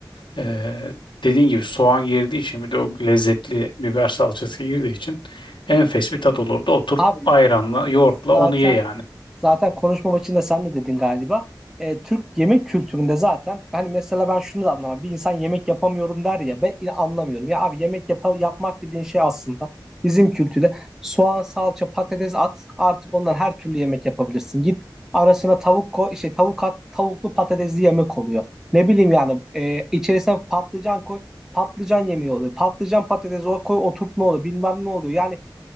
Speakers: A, on the left; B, in the centre.
A: ee, dediğin gibi soğan girdiği için bir de o lezzetli biber salçası girdiği için enfes bir tat olurdu. Otur
B: Abi
A: ayranla, yoğurtla
B: Zaten
A: onu ye yani.
B: zaten konuşma maçında sen de dedin galiba. E, Türk yemek kültüründe zaten hani mesela ben şunu da anlamam. Bir insan yemek yapamıyorum der ya ben yine anlamıyorum. Ya abi yemek yap yapmak dediğin şey aslında bizim kültürde soğan, salça, patates at artık ondan her türlü yemek yapabilirsin. Git arasına tavuk koy şey tavuk at tavuklu patatesli yemek oluyor. Ne bileyim yani e, içerisine patlıcan koy patlıcan yemeği oluyor. Patlıcan patates o koy oturtma oluyor bilmem ne oluyor. Yani